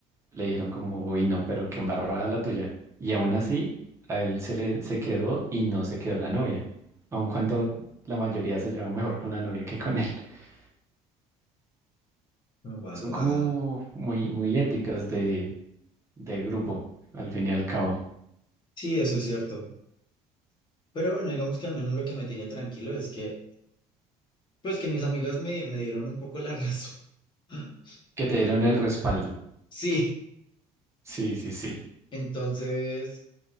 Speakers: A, on the right; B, on the left.
A: le dijeron como, uy, no, pero qué embarrada la tuya. Y aún así, a él se le se quedó y no se quedó la novia, aun cuando la mayoría se llevaba mejor con la novia que con él. <laughs>
B: barrada.
A: Son como muy, muy éticas de, de grupo, al fin y al cabo,
B: Sí, eso es cierto. Pero bueno, digamos que al menos lo que me tiene tranquilo es que, pues, que mis amigos me, me dieron un poco la razón. <laughs>
A: que te dieron el respaldo.
B: Sí,
A: Sí, sí, sí.
B: entonces,